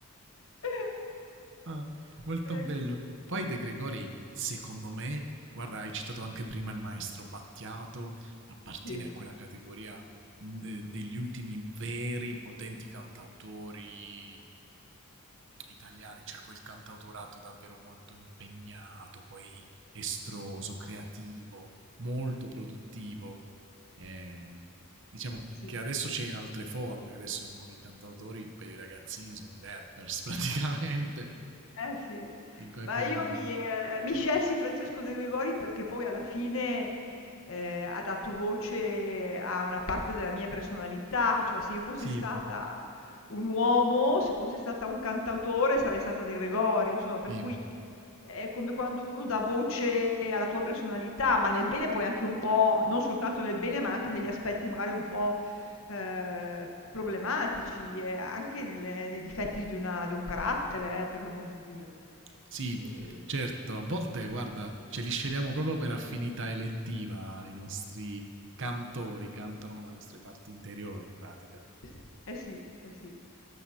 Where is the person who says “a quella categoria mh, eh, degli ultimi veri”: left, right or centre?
Right